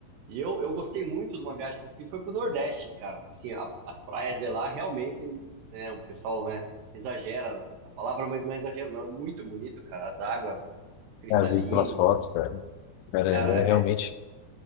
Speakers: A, on the right; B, on the left.
A: eu, eu gostei muito de uma viagem que eu fiz, foi pro Nordeste, cara. Assim, a- as praias de lá, realmente, né, o pessoal, né, exagera a palavra, mas não é exagero, não. É muito bonito, cara. As águas cristalinas.
B: Ah, eu vi pelas fotos, cara. Cara,
A: Cara,
B: é realmente.
A: é,